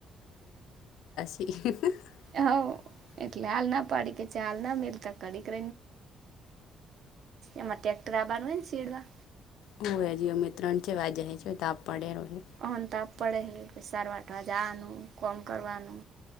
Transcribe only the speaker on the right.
હઉ
એટલે હાલના પાડી, કે હાલ ના કડી ક પમાંક્ટર બાનુંને, સેડવા
અહંત આપ પડે પ સાર વાટવા જવાનુ કોમ કરવાનુ